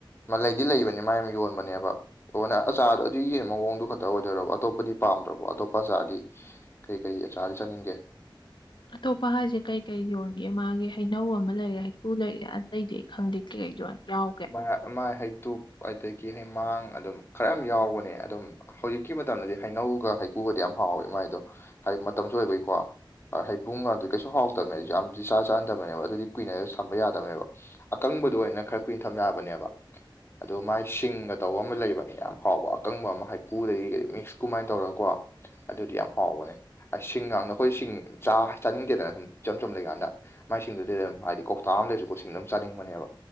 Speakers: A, on the left; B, on the left.
A: ꯃ ꯂꯩꯗꯤ ꯂꯩꯕꯅꯦ ꯃꯥ ꯌꯥꯝ ꯌꯣꯟꯕꯅꯦꯕ <unintelligible> ꯑꯆꯥꯔꯗꯣ ꯑꯗꯨꯒꯤ ꯃꯑꯣꯡꯗꯨ ꯈꯛꯇ ꯑꯣꯏꯗꯣꯏꯔꯣ ꯑꯇꯣꯞꯄꯗꯤ ꯄꯥꯝꯗ꯭ꯔꯕꯣ ꯑꯇꯣꯞꯄ ꯑꯆꯥꯔꯗꯤ ꯀꯩ ꯀꯩ ꯑꯆꯥꯔ ꯆꯥꯅꯤꯡꯒꯦ
B: ꯑꯇꯣꯞꯄ ꯍꯥꯏꯁꯦ ꯀꯩ ꯀꯩ ꯌꯣꯟꯒꯦ ꯃꯥꯒꯤ ꯍꯩꯅꯧ ꯑꯃ ꯂꯩꯔꯦ ꯍꯩꯀꯨ ꯂꯩꯔꯦ ꯑꯇꯩꯗꯤ ꯑꯩ ꯈꯪꯗꯦ <unintelligible> ꯌꯥꯎꯒ
A: ꯃꯥꯏ ꯑꯃ ꯍꯩꯇꯨꯞ ꯑꯗꯒꯤ ꯍꯩꯃꯥꯡ ꯑꯗꯨꯝ ꯈꯔꯌꯥꯝ ꯌꯥꯎꯕꯅꯦ ꯑꯗꯨꯝ ꯍꯧꯖꯤꯛꯀꯤ ꯃꯇꯝꯗꯗꯤ ꯍꯩꯅꯧꯒ ꯍꯩꯀꯨꯒꯗꯤ ꯌꯥꯝ ꯍꯥꯎꯋꯦ ꯃꯥꯏꯗꯣ ꯍꯥꯏ ꯃꯇꯝꯁꯨ ꯑꯣꯏꯕꯩꯀꯣ ꯑ ꯍꯩꯕꯨꯡꯒꯗꯣ ꯀꯩꯁꯨ ꯍꯥꯎꯇꯝꯅꯦ ꯑꯩꯖꯨ ꯌꯥꯝꯗꯤ ꯆꯥ ꯆꯥꯟꯗꯕꯅꯦꯕ ꯑꯗꯨꯗꯤ ꯀꯨꯏꯅꯖꯨ ꯁꯝꯕ ꯌꯥꯗꯕꯅꯦꯕ ꯑꯀꯪꯕꯗꯨ ꯑꯣꯏꯅ ꯈꯔ ꯀꯨꯏꯟ ꯊꯝ ꯌꯥꯕꯅꯦꯕ ꯑꯗꯨ ꯃꯥꯏ ꯁꯤꯡꯒ ꯇꯧꯕ ꯑꯃ ꯂꯩꯕꯅꯦ ꯌꯥꯝ ꯍꯥꯎꯕ ꯑꯀꯪꯕ ꯑꯃꯥ ꯍꯩꯀꯨꯗꯒꯤ ꯀꯩ ꯃꯤꯛꯁ ꯀꯨꯃꯥꯏꯟ ꯇꯧꯔ ꯀꯣ ꯑꯗꯨꯗꯤ ꯌꯥꯝ ꯍꯥꯎꯕꯅꯦ ꯑꯁꯤꯡꯒꯥꯡꯗ ꯑꯩꯈꯣꯏ ꯁꯤꯡ ꯆꯥ ꯆꯥꯅꯤꯡꯗꯦꯗꯅ ꯁꯨꯝ ꯏꯆꯝ ꯆꯝ ꯂꯩꯒꯥꯟꯗ ꯃꯥꯏꯁꯤꯡꯗꯨꯗꯤ ꯗꯨꯝ ꯑꯥꯏꯗꯤ ꯀꯧꯇꯥ ꯑꯝ ꯂꯩꯔꯁꯨ ꯀꯣ ꯁꯤꯡ ꯑꯝ ꯆꯥꯅꯤꯡꯕꯅꯦꯕ